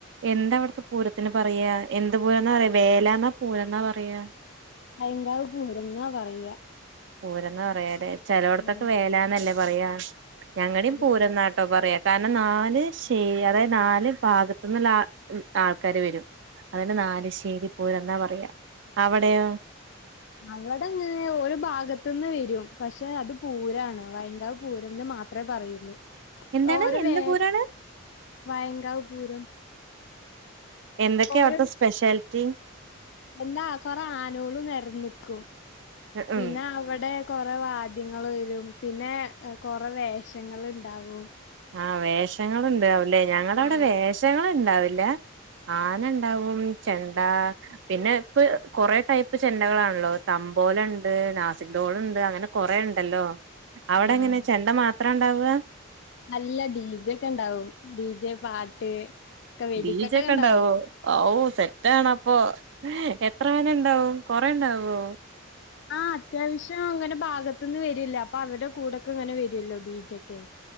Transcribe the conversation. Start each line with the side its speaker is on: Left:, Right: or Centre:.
Right: എന്താ അവിടത്തെ പൂരത്തിന് പറയാ എന്ത് പൂരന്നാ പറയാ വേലന്നാ പൂരന്നാ പറയാ
Left: ഭയങ്കാവ് പൂരന്നാ പറയാ
Right: പൂരന്നാ പറയാല്ലെ.. ചെലോട്ത്തൊക്കെ
Left: ഉം
Right: വേലാന്നല്ലേ പറയാ ഞങ്ങടിം
Left: അത്
Right: പൂരന്നാട്ടോ പറയാ കാരണം നാല് ശയ്യ അതായത് നാല് ഭാഗത്ത്ന്ന്ള്ള ആ ആൾക്കാര് വരും. അതെന്നെ നാലിശ്ശേരി പൂരന്നാ പറയാ അവടെയോ?
Left: അവടങ്ങനെ ഒരു ഭാഗത്ത്ന്ന് വരും പക്ഷെ അത് പൂരാണ് വൈങ്കാവ് പൂരന്ന് മാ ത്രമേ പറയുള്ളു
Right: എന്താണ്
Left: ഓരോ
Right: എന്ത്
Left: വേൽ
Right: പൂരാണ്
Left: വയങ്കാവ് പൂരം
Right: എന്തൊക്കെയ
Left: ഓരോ
Right: അവിടുത്തെ സ്പെഷ്യാലിറ്റി
Left: എന്താ കൊറെ ആനോളും നെര്ന്ന്ക്കും
Right: ഉം
Left: പിന്നെ അവടെ കൊറെ വാദ്യങ്ങൾ വരും, പിന്നെ കൊറെ വേഷങ്ങൾണ്ടാവും
Right: ആഹ് വേഷങ്ങൾണ്ടാവുംല്ലേ... ഞങ്ങളവിടെ
Left: ആഹ്
Right: വേഷങ്ങൾണ്ടാവില്ല ആന ണ്ടാവും... ചെണ്ടാ... പിന്നെ ഇപ്പ ഹ് കൊറെ ടൈപ്പ് ചെണ്ടകളാണല്ലോ തമ്പോലണ്ട് നാസിക് ഡോൾ ണ്ട് അങ്ങനെ കൊറെ ണ്ടല്ലോ, അവടെങ്ങനെ
Left: ആഹ്
Right: ചെണ്ട മാത്രാ ണ്ടാവ്യാ?
Left: നല്ല ഡിജെ ക്കെണ്ടാവും, ഡിജെ പാട്ട് ക്കെ വെടിക്കെട്ടൊക്കെ
Right: ഡി ജെ ഒക്കെ
Left: ഉണ്ടാവും.
Right: ഉണ്ടാവോ ഔ സെറ്റാണ അപ്പൊ എത്ര ആന ഉണ്ടാവും കൊറെ ഉണ്ടാവ്യോ
Left: ആഹ് അത്യാവശ്യം അങ്ങനെ ഭാഗത്ത്ന്ന് വര്യല്ലെ അപ്പൊ അവരുടെ കൂടൊക്കെ ങ്ങനെ വരുല്ലോ ഡീ ജെ ക്കെ